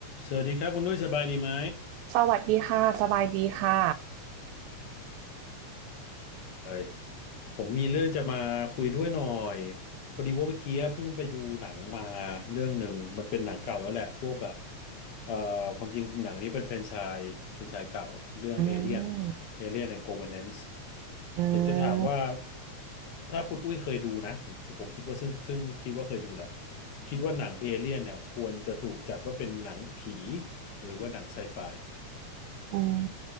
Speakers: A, on the left; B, on the right.
A: สวัสดีครับคุณนุ้ยสบายดีไหม
B: สวัสดีค่ะสบายดีค่ะ
A: เอ้ผมมีเรื่องจะมาคุยด้วยหน่อยพอดีว่าเมื่อกี้เพิ่งไปดูหนังมาเรื่องหนึ่งมันเป็นหนังเก่าแล้วแหละพวกแบบเอ่อความจริงหนังนี้เป็นแฟรนไชส์แฟรนไชส์เก่าเรื่องเอเลียน
B: อืม
A: เอเลียนในโคเวเนนซ์
B: อื
A: อยากจะถามว่า
B: ม
A: ถ้าคุณอุ้ยเคยดูนะผมผมคิดว่าซึ่งซึ่งคิดว่าเคยดูแหละคิดว่าหนังเอเลียนเนี่ยควรจะถูกจัดว่าเป็นหนังผีหรือว่าหนังไซไฟ
B: อืม